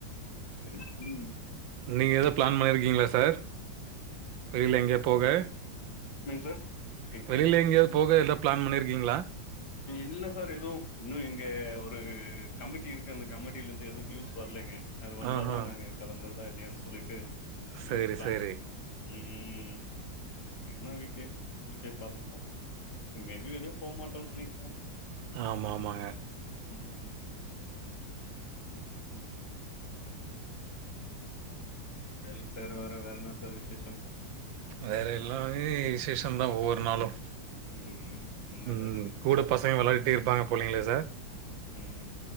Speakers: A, on the left; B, on the right.
A: செரி ம்
B: நீங்க எதோ ப்ளான் பண்ணிருக்கீங்ளா சார் வெளில எங்யோ போக
A: என்னங் சார் கேக்குதுங்களா
B: வெளில எங்யாவ்து போக எதா பிளான் பண்ணிருக்கீங்ளா
A: இல்ல சார் எது இன்னு இங்க ஒரு கமிட்டி இருக்கு அந்த கமிட்டிலர்ந்து எது நியூஸ் வர்லைங்க அது வந்தா
B: ஆஹா.
A: தா நாங்க கெளம்பற்தா இல்லையான் சொல்லிட்டு
B: சரி,
A: ம் பிளான்
B: சரி.
A: ம் இல்னா வீட்லே வீட்லே பாத்துப்போ ம் மேபி வெளிய போ மாட்டோ நெனைக்கிறோ
B: ஆமா, ஆமாங்க.
A: ம் ம் சேரிங்க சார் வேற வேறென்னா சார் விசேஷம்
B: வேற எல்லாமே விசேஷந்தா ஒவ்வொரு நாளு
A: ம். நல்லதுங்க.
B: ம் கூட பசங்க வெளாடிட்டே இருப்பாங்க போலைங்ளே சார்
A: ம்.